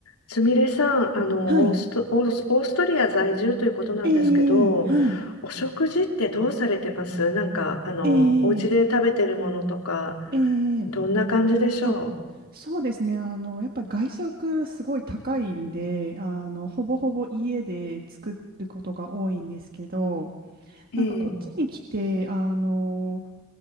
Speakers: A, on the left (about 85°); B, on the right (about 45°).
A: すみれさん、あの、
B: はい。
A: オースト、オース、オーストリア在住ということなんですけど、
B: ええはい。
A: お食事ってどうされてますなんか、あの、
B: ええ
A: お家で食べてるものとか、
B: ええ
A: どんな感じでしょ
B: あ、そうですね。あの、やっぱり外食すごい高いんで、あの、ほぼほぼ家で作ることが多いんですけど、
A: うええ、
B: なんかこっちに来て、あの、